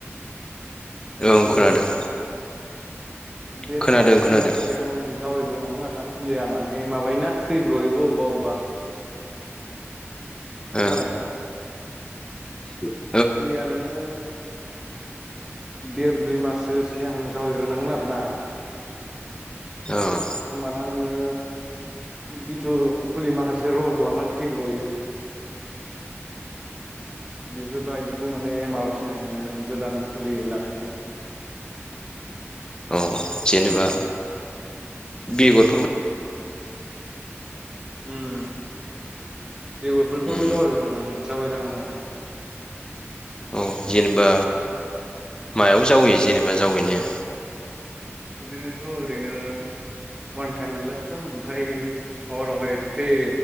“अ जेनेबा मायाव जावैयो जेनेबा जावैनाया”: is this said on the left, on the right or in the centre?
Left